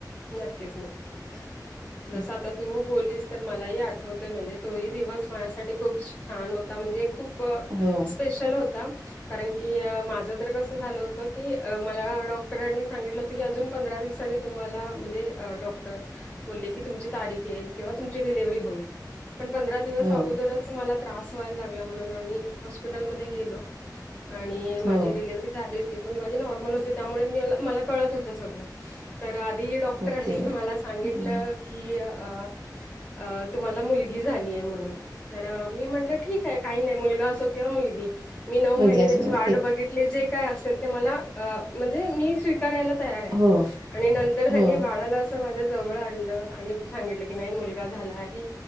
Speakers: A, on the left (about 15°); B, on the right (about 75°).
A: नक्कीच नक्कीच
B: ह
A: जसं आता तू बोललीस तर मलाही आठवतोय म्हणजे तोही दिवस माझ्यासाठी खूप छान होता म्हणजे खूप प
B: हो
A: स्पेशल होता कारण की माझं तर कसं झालं होतं की मला डॉक्टरांनी सांगितलं होत की अजून पंधरा दिवसाने तुम्हाला म्हणजे डॉक्टर बोलले की तुमची तारीख येईल किंवा तुमची डिलव्हरी होईल पण पंधरा दिवस
B: हो
A: अगोदरच मला त्रास व्हायला लागला म्हणून आम्ही हॉस्पिटलमध्ये गेलो आणि माझी
B: हो
A: डिलिव्हरी झाली होती पण माझी नॉर्मल होती त्या मूळ मल्या मला कळत होत सगळ तर आधी डॉक्टरांनी
B: ओके
A: मला सांगितलं
B: हो
A: की अ तुम्हाला मुलगी झाली आहे म्हणून तर मी म्हटलं ठीक आहे काही नाही मुलगा अस किंवा मुलगी मी नऊ
B: मुलगी
A: महिने
B: असो
A: त्याची वाढ
B: एक
A: बघित जे काय असेल ते मला आ म्हणजे मी स्विकारायला तयार आहे
B: हो
A: आणि नंतर
B: हो
A: काळाला अस माझ्या जवळ आणलं आणि सांगितलं की नाही मुलगा झाला आहे